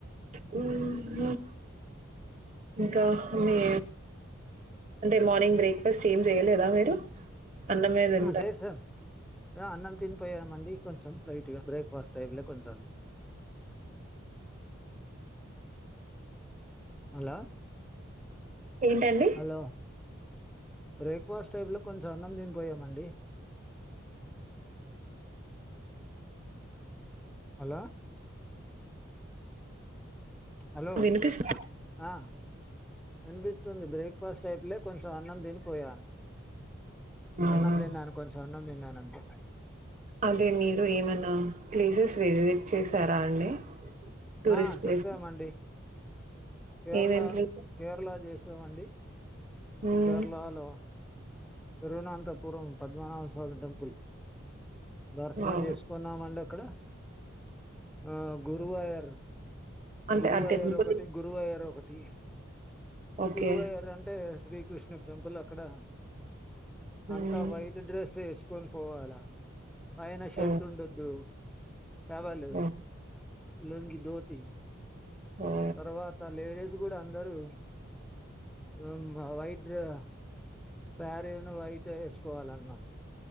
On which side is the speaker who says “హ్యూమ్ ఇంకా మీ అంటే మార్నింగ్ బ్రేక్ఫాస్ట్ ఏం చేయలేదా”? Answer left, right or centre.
Right